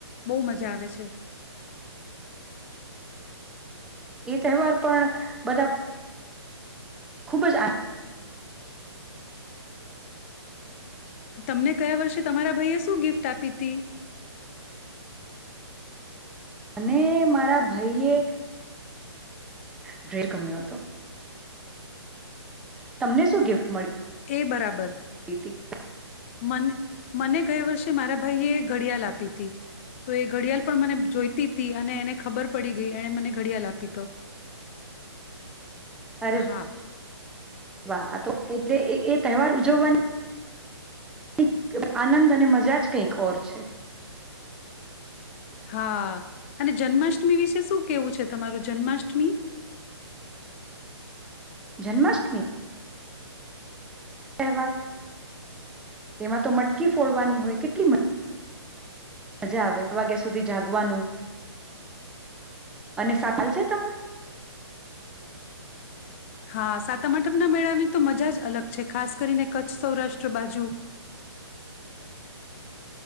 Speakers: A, on the left (about 25°); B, in the centre.
A: બહુ મજા આવે છે
B: એ તહેવાર પણ બધા ખુબ જ આનંદ
A: તમને કયા વર્ષે તમારા ભાઈએ શું ગિફ્ટ આપી હતી
B: અને મારા ભાઈએ ડ્રેર ગમ્યો હતો તમને શું ગિફ્ટ મળ્યું
A: એ બરાબર
B: ર હતી
A: મ મને ગયા વર્ષે મારા ભાઈએ ઘડિયાલ આપી હતી તો એ ઘડિયાળ પણ મને જોઈતી તી અને એને ખબર પડી ગઈ એને મને ઘડિયાળ આપી તો
B: અરે
A: હા
B: વાહ એટલે એ તહેવાર ઉજવવાની કે આનંદ અને મજા જ કઈક ઓર છે
A: હા અને જન્માષ્ટમી વિશે શું કેવું છે તમારું જન્માષ્ટમી
B: જન્માષ્ટમી તહેવાર એમાં તો મટકી ફોડવાની હોય કેટલી મ મજા આવે એક વાગ્યા સુધી જાગવાનું અને સાકલ છે તમને
A: હા સાતમઠમના મેળાની તો મજા જ અલગ છે ખાસ કરીને કચ્છ સૌરાષ્ટ્ર બાજુ